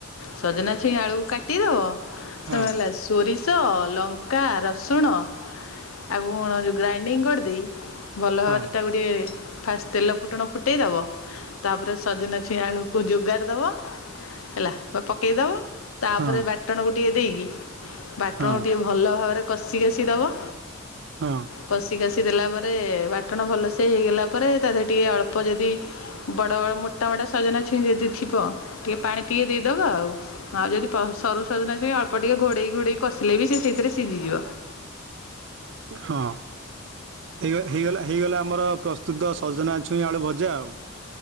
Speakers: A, on the left; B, on the right.
A: ସଜନା ଛୁଇଁ ଆଳୁକୁ କାଟିଦବ
B: ହଁ
A: ତମେ ହେଲା ସୋରିଷ ସ ଲଙ୍କା ରସୁଣ ଆଉ କଣ ଗ୍ରାଇଣ୍ଡିଙ୍ଗ୍ କରିଦେଇ ଭଲ ଭାବରେ
B: ହଁ।
A: ତା ଗୋଟିଏ ଫାଷ୍ଟ ତେଲ ଫୁଟଣ ଫୁଟେଇଦବ। ତାପରେ ସଜନା ଛୁଇଁ ଆଳୁକୁ ଯୋଗାରଦବ ହେଲା ବା ପକେଇଦବ ତାପରେ
B: ହଁ
A: ବାଟଣ ଗୋ ଟିକେ ଦେଇକି ବାଟଣକୁ
B: ହଁ
A: ଟିକିଏ ଭଲ ଭାବରେ କଷି କଷିଦବ
B: ହଁ
A: କଷି କସିି ଦେଲା ପରେ ବାଟଣ ଭଲସେ ହେଇଗଲା ପରେ ତା ଦେହରେ ଟିକେ ଅଳ୍ପ ଅଳ୍ପ ଯଦି ବଡ଼ ବଡ଼ ମୋଟା ମୋଟା ସଜନା ଛୁଇଁ ଯଦି ଥିବ ଟିକେ ପାଣି ଟିକେ ଦେଇଦେବା ଆଉ ଆଉ ଯଦି ସରୁ ସଜନା ଛୁଇଁ ଅଳ୍ପ ଟିକେ ଘୋଡ଼େଇ ଘୋଡ଼େଇ କଷିଲେ ବି ସେ ସେଇଥିରେ ସିଝିଯିବ।
B: ହଁ ହେଇଗଲେ ହେଇଗଲା ଆମର ପ୍ରସ୍ତୁତ ସଜନା ଛୁଇଁ ଆଳୁ ଭଜା ଯା ହଉ।